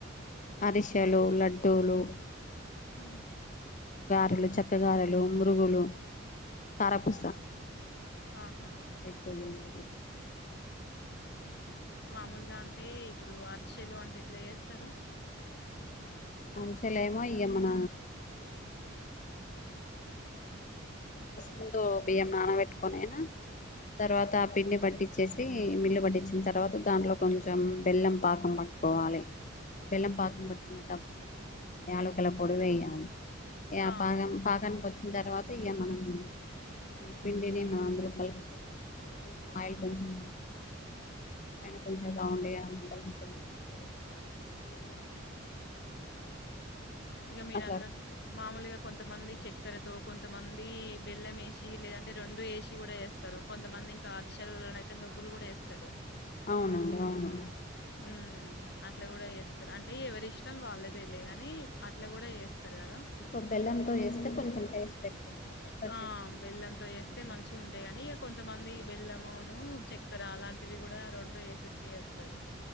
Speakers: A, on the left (about 40°); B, on the left (about 55°).
A: అరిషాలు లడ్డూలు.
B: ఊమ్.
A: గారెలు చెక్క గారెలు మురుగులు కారపూస.
B: ఆహా
A: ఎక్కువ చేస్తారు.
B: మామూల్గా అంటే ఇప్పుడు అరిశెలు అంటే ఏట్లా చేస్తారు.
A: అరిసల్ ఏమో ఇగ మన. ముందు బియ్యం నానవేట్టుకొనైనా తర్వాత ఆ పిండి పట్టించి. వచ్చేసి మిల్లు పట్టించిన తర్వాత దాంట్లో కొంచెం బెల్లం పాకం పట్టుకోవాలే. బెల్లం పాకం పట్టుకునేటప్పుడు. యాలకులపొడి వేయాలి య
B: ఆహా
A: పాకం పాకానికి ఓచ్చిన. తర్వాత ఇగ మనం ఈ పిండిని మనం అందరం కల్ కొంచం ఆయిల్ కొంచెం పైన కొంచెం రౌండ్గా ముద్దలు ముద్దలు చేసి <unintelligible>
B: ఇగ మీరు
A: అట్లా
B: అన్నట్టు మామూలుగా. కొంతమంది చక్కెరతో కొంతమంది బెల్లం యెసి లేదంటే రెండు యెసి కూడా చేస్తారు కొంతమంది. ఇంకా అరిసెలల్లో అయితే నువ్వులు కూడా యెస్తారు.
A: అవునండి అవును
B: ఉ అట్లా కూడా చేస్తారు అంటే ఎవరి ఇష్టం వాళ్ళేదె లె గాని అట్లా కూడా చేస్త చెస్తారు గదా
A: ఎక్కువ బెల్లంతో చేస్తే కొంచెం టేస్ట్ ఎక్కువ ఉంటాయి చక్కెరతో
B: ఆ
A: చేస్తే
B: బెల్లంతో
A: కూడా బాగానే
B: చెస్తే
A: ఉంటుంది
B: మంచిగ ఉంటాయి ఆని కొంతమంది బెల్లమును చక్కెర అలాంటివి గుడా రెండు వేసేసి చేస్తారు